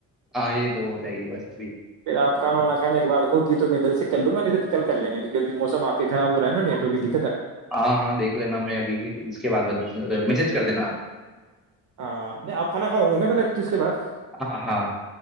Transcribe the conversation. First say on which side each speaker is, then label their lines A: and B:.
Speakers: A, in the centre; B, on the right (about 40°).
A: ہاں یہ تو ہو جائے گی بس ابھی
B: پھر آپ کھانا وانا کھانے کے بعد خود ج تو میں ادھر سے کر لوںا اھر کریں گے کیونکب مسم آپ خراب ہو رہا نایٹوں کی د
A: ہاں ہاں دیکھ لینا میں ابھی اس کے بعد میسج کر دینا آپ
B: ہاں نہیں آپ کھانا کھا ہو ن پہلے ابھی تو اس کے بعد
A: آپ ہاں ہاں